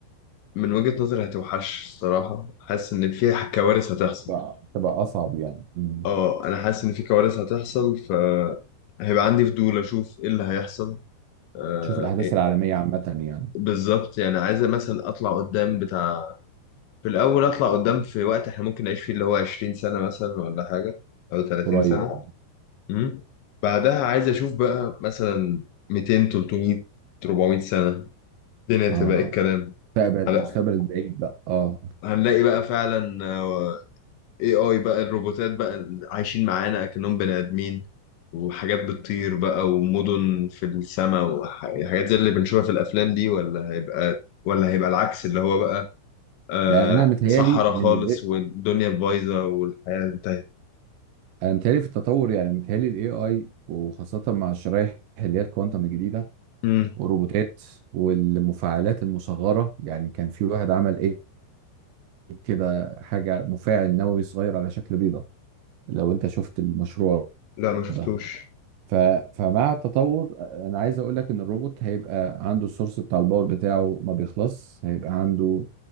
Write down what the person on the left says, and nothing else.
من وجهة نظري هتوحش الصراحة حاسس إن فيها كوارث هتحصل
أه أنا حاسس إن في كوارث هتحصل فهيبقى عندي فضول أشوف إيه اللي هيحصل آه،
بالظبط يعني عايزة مثلا أطلع قدام بتاع في الأول أطلع قدام في وقت إحنا ممكن نعيش فيه اللي هو 20 سنة مثلا ولا حاجة أو 30
سنة اه
امم بعدها عايز أشوف بقى مثلا 200 300 400 سنة الدنيا تبقى
إيه الكلام
هلا-
هنلاقي بقى فعلا آه، AI بقى الروبوتات بقى عايشين معانا أكنهم بني آدمين وحاجات بتطير بقى ومدن في السماء وحاجات زي اللي بنشوفها في الأفلام دي ولا هيبقى ولا هيبقى العكس اللي هو بقى آه
صحراء خالص
والدنيا بايظة والحياة انتهت
امم
لا ما شفتوش